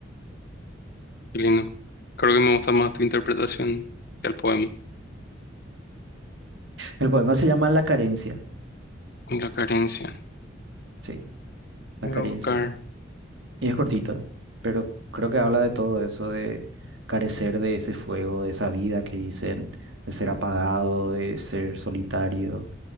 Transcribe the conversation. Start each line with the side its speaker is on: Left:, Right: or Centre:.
Left: Qué lindo. Creo que me gusta más tu interpretación que el poema.
Right: El poema se llama La carencia,
Left: La carencia.
Right: sí, La
Left: Voy
Right: carencia.
Left: a buscar.
Right: Y es cortito, pero creo que habla de todo eso, de carecer de ese fuego, de esa vida que dicen, de ser apagado, de ser solitario,